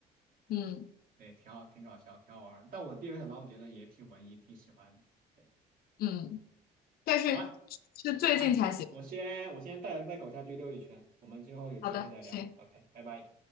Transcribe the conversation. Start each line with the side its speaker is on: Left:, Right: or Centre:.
Left: 嗯
Right: 对，挺好，挺搞笑，挺好玩儿。但我第一回想到，我觉得也挺文艺，挺喜欢的。对，
Left: 嗯，但是是最近才喜。
Right: 好吧，哎，我先我先带带狗下去溜一圈，我们之后有机会再聊。
Left: 好的，行。
Right: OK，拜拜。